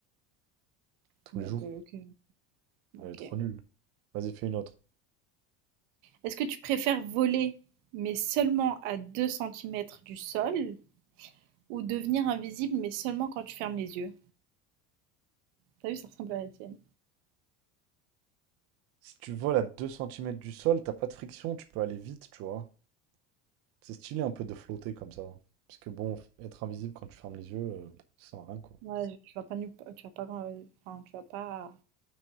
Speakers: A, on the right; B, on the right.
A: Tous
B: Bah,
A: les jours.
B: ok, ok. Ok.
A: Elle est trop nulle. Vas-y, fais une autre.
B: Est-ce que tu préfères voler, mais seulement à 2 centimètres du sol, ou devenir invisible, mais seulement quand tu fermes les yeux? T'as vu, ça ressemble à la tienne.
A: Si tu voles à 2 centimètres du sol, t'as pas de friction, tu peux aller vite, tu vois. C'est stylé un peu de flotter comme ça. hein. Parce que bon, être invisible quand tu fermes les yeux, euh, ça sert à rien, quoi.
B: Ouais, tu vas pas nulle pa- tu vas pas, grand- enfin, tu vas pas